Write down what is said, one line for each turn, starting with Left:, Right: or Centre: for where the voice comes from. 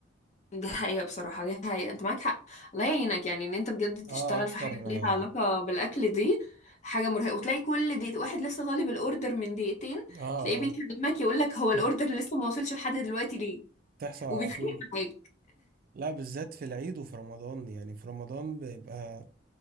Left: دي حقيقة بصراحة دي حقيقة انت معاك حق الله يعينك يعني ان انت بجد تشتغل
Right: آه أكتر
Left: في حاجة ليها
Right: آه
Left: علاقة بالأكل دي حاجة مرهقة وتلاقي كل دقيقة واحد لسه طالب الأوردر من دقيقتين
Right: آه
Left: تلاقيه بيكلمك يقول لك هو الأوردر
Right: <laughs>
Left: لسه ما وصلش لحد دلوقتي ليه
Right: تحصل على
Left: وبيتخانق
Right: طول
Left: معاك
Right: لا بالذات في العيد وفي رمضان يعني في رمضان بيبقى